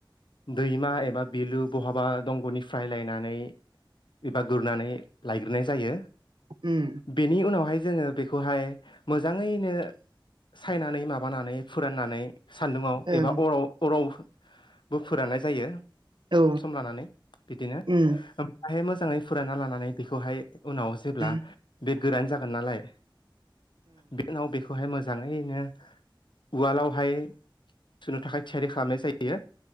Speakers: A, on the left; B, on the right.
A: दैमा एबा बिलो भहाबा दंग'निफ्राय लायनानै एबा गुरनानै लायग्रोनाय जायो।
B: उम
A: बेनि उनाव ओमफ्राय जोङो बेखौहाय मोजाङैनो सायनानै माबानानै फुराननानै सान्दुङाव
B: ओं
A: एबा अराव अरावबो फोरनाय जायो।
B: औ
A: सम लानानै बिदिनो
B: उम
A: ओमफ्राय मोजां मोजांङै फुरायना लानानै बेखौहाय उनाव जेब्ला
B: ओं
A: बे गोरान जा हागोन नालाय। बे उनाव बेखौहाय मोजां मोजांङैनो उवालावहाय सुनो थाखाय थियारि खालामनाय जायो।